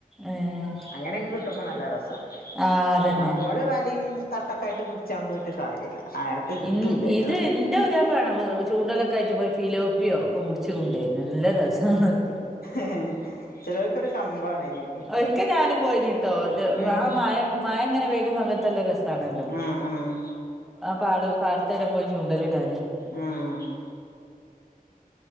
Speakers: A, in the centre; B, on the left.
A: ഏഹ്
B: അങ്ങനൊക്കെ കിട്ടുമ്പോ നല്ല രസാ
A: ആഹ് അതന്നെ
B: നമ്മള് വ ള്ളിയും തട്ടൊക്കെ ആയിട്ട് പുടിച്ചാൻ പോയിട്ട് കാര്യല്ല ആയിട്ട് കിട്ടൂല
A: ഇൻ
B: അയ്റ്റളെ
A: ഇത് എന്റെ പുതിയാ പ്ലാ ആണ് ചൂണ്ടലൊക്കെ ആയിട്ട് പോയിട്ട് ഫിലോപ്പിയോ ഒക്കെ പുടിച്ച് കൊണ്ട് വരും നല്ല രസാണ് അത്
B: ആഹ് ചിലർക്കൊരു കമ്പാണ് അതിന്
A: ഒരിക്ക ഞാനും പോയിന്ട്ടോ
B: ഉം
A: ആഹ് മയ മയ ഇങ്ങനെ പെയ്യണ സമയത്ത് നല്ല രസാണല്ലോ
B: ആഹ് ആഹ്
A: ആഹ് പാട് പാടത്തേടേലും പോയി ചുണ്ടല് ഇടാന്
B: ആഹ്